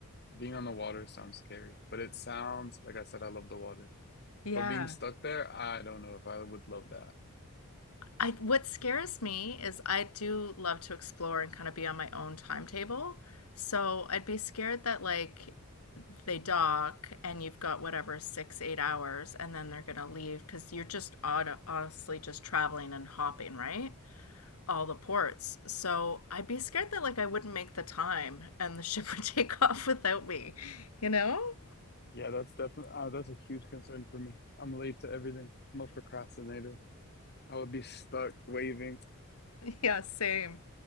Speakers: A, on the left; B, on the left.
A: being on the water sounds scary, but it sounds like I said I love the water.
B: Yeah.
A: But being stuck there, I don't know if I would love that.
B: I what scares me is I do love to explore and kind of be on my own timetable. So I'd be scared that like they dock and you've got whatever six, eight hours and then they're gonna leave because you're just on, honestly just traveling and hopping, right? All the ports. So I'd be scared that like I wouldn't make the time and the <laughs> ship would take off without me, you know? <laughs>
A: Yeah, that's definitely uh, that's a huge concern for me. I'm late to everything. I'm a procrastinator. I would be stuck waving.
B: Yeah, same.